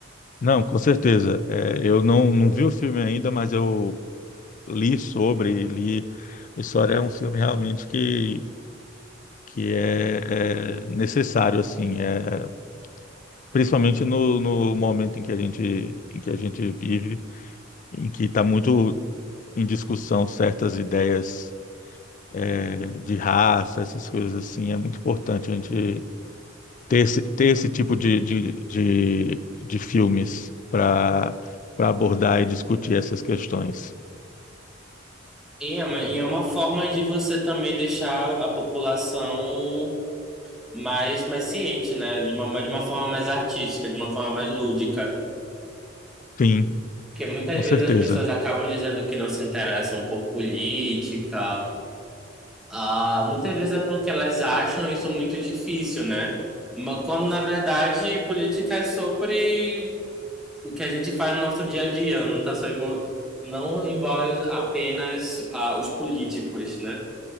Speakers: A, on the left; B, in the centre.
A: não, com certeza. É, eu não, não vi o filme ainda, mas eu li sobre, li. História é um filme realmente que, que é, é necessário, assim, é, principalmente no, no momento em que a gente, em que a gente vive, em que está muito em discussão certas ideias é, de raça, essas coisas assim, é muito importante a gente ter esse, ter esse tipo de, de, de, de filmes para para abordar e discutir essas questões.
B: E é uma, e é uma forma de você também deixar a população mais, mais ciente, né? De uma, de uma forma mais artística, de uma forma mais lúdica.
A: Sim,
B: Porque muitas
A: com certeza.
B: vezes as pessoas acabam dizendo que não se interessam por política. Ah, muitas vezes é porque elas acham isso muito difícil, né? Mas quando na verdade política é sobre o que a gente faz no nosso dia a dia, não tá só envol- não envolve apenas ah, os políticos, né?